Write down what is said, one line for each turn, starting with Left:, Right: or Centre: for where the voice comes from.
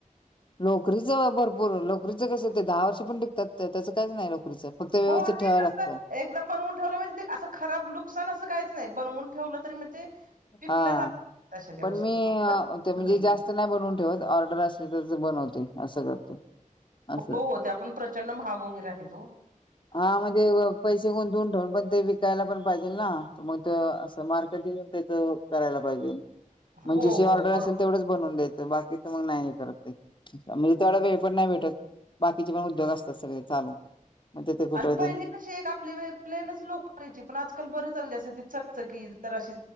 Left: लोकरीचं भरपूर लोकरीचं कसं ते दहा वर्ष पण टिकतात त्याचं काहीच नाही लोकरीचं फक्त व्यवस्थित
Right: हो तेस
Left: ठेवावं लागतं
Right: एकदम बनवून ठेवलं म्हणजे ते असं खराब लुक नुकसान असं काहीच नाही बनवून ठेवलं तरी म्हणजे पिकलं
Left: हा
Right: जात तशा त्या
Left: पण
Right: वस्तू
Left: मी
Right: नुकसान
Left: म्हणजे
Right: नाही
Left: जास्त नाही बनवून ठेवत ऑर्डर असली तर बनवते असं करते असं
Right: हो हो ते आपण प्रचंड महाग वगैरे आहे तो
Left: हा म्हणजे पैसे गुंतवून ठेवून पण ते विकायला पण पाहिजे तर मग ते असं मार्कन त्याच करायला पाहिजे म्हणजे
Right: हो
Left: जे
Right: हो
Left: ऑर्डर
Right: बरोबर
Left: असेल तेवढंच बनवून द्यायचं बाकीच मग नाही हे करते म्हणजे तेवढा वेळ पण नाही भेटत बाकीचे पण उद्योग असतात सगळे चालू मग तिथे कुठं
Right: आणि पहिली
Left: ते
Right: कशी एक आपली प्लेनच लोक करायची पण आजकाल बरच चकचकी जर अशी